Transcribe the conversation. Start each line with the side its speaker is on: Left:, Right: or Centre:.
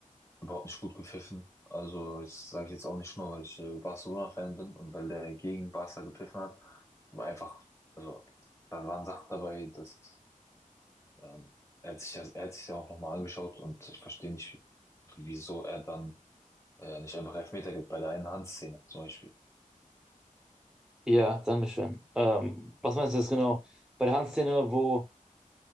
Left: überhaupt nicht gut gepfiffen. Also, das sage ich jetzt auch nicht nur, weil ich äh, Barcelona-Fan bin und weil der gegen Barca gepfiffen hat, aber einfach, also, da waren Sachen dabei, dass ähm, er hat sich, ja- er hat sich ja auch nochmal angeschaut und ich verstehe nicht, wieso er dann äh, nicht einfach Elfmeter gibt bei der einen Handszene zum Beispiel.
Centre: Ja, Dankeschön. Ähm, was meinst du jetzt genau? Bei der Handszene, wo,